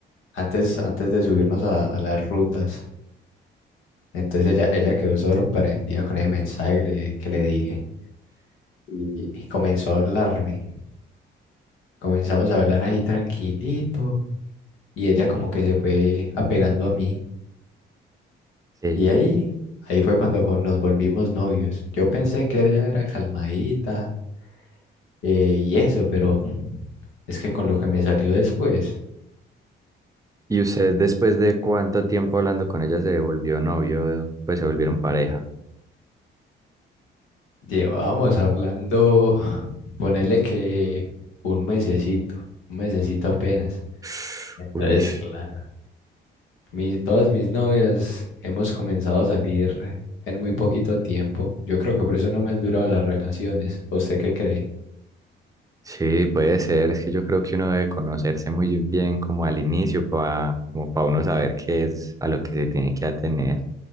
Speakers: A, on the left; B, on the right.
A: antes, antes de subirnos a, a las rutas. Entonces ella, ella quedó sorprendida con el mensaje que le, que le dije y y comenzó a hablarme. Comenzamos a hablar ahí tranquilito. y ella como que se fue apegando a mí
B: Sí.
A: y ahí, ahí fue cuando jo- nos volvimos novios. Yo pensé que ella era calmadita eh, y eso, pero mm, es que con lo que me salió después,
B: ¿Y usted después de cuánto tiempo hablando con ella se volvió novio? Pues se volvieron pareja.
A: llevábamos hablando, <sighs> ponele que un mesecito, un mesecito apenas.
B: <sighs>
A: Entonces,
B: Uy.
A: claro, mi, todas mis novias hemos comenzado a salir en muy poquito tiempo. Yo creo que por eso no me han durado las relaciones. ¿Usted qué cree?
B: Sí, puede ser. Es que yo creo que uno debe conocerse muy bien como al inicio para como para uno saber qué es a lo que se tiene que atener.